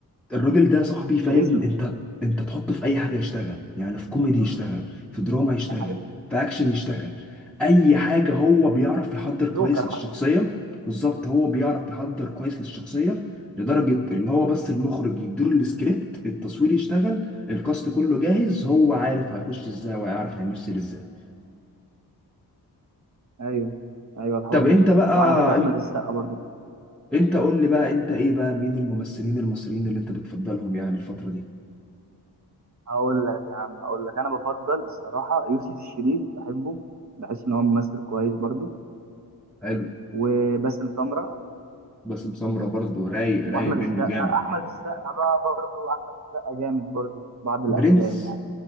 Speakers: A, in the centre; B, on the right.
A: الراجل ده صاحبي فاهم
B: كاريزما
A: انت انت تحطه في اي حاجه يشتغل يعني في كوميدي يشتغل في دراما يشتغل
B: ده حقيقي.
A: في اكشن يشتغل اي حاجه هو بيعرف يحضر كويس
B: جوكر
A: للشخصيه
B: حتى
A: بالظبط هو بيعرف يحضر كويس للشخصيه لدرجه اللي هو بس المخرج يديله السكريبت التصوير يشتغل الكاست كله جاهز هو عارف هيخش ازاي وهيعرف هيمثل ازاي
B: ايوه ايوه الحوار
A: طب
B: ده
A: انت
B: شوف
A: بقى
B: وعلى فكره احمد
A: انت
B: السقا برضو
A: انت قول لي بقى انت ايه بقى مين الممثلين المصريين اللي انت بتفضلهم يعني الفتره دي
B: هقول لك يا عم اقول لك انا بفضل الصراحه يوسف الشريف بحبه بحس ان هو ممثل كويس برضو
A: حلو
B: وباسم سمره
A: باسم سمرة برضه رايق
B: واحمد
A: رايق منه
B: السقا
A: جامد
B: احمد السقا بقى برضو احمد السقا جامد برضو في بعض الافلام
A: برنس
B: يعني